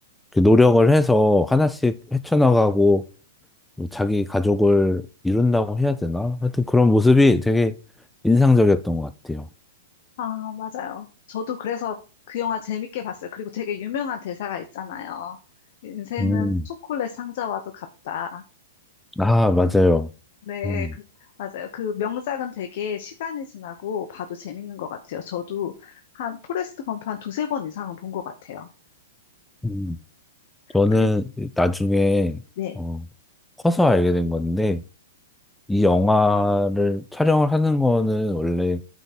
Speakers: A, in the centre; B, on the left.
A: 이렇게 노력을 해서 하나씩 헤쳐나가고 뭐 자기 가족을 이룬다고 해야 되나? 하여튼 그런 모습이 되게 인상적이었던 것 같아요.
B: 아, 맞아요. 저도 그래서 그 영화 재밌게 봤어요. 그리고 되게 유명한 대사가 있잖아요. 인생은
A: 음.
B: 초콜릿 상자와도 같다.
A: 아, 맞아요.
B: 네,
A: 음.
B: 그, 맞아요. 그 명작은 되게 시간이 지나고 봐도 재밌는 것 같아요. 저도 한 포레스트 검프 한 두세 번 이상은 본 것 같아요.
A: 음. 저는
B: 그리고,
A: 나중에
B: 네,
A: 어, 커서 알게 된 건데 이 영화를 촬영을 하는 거는 원래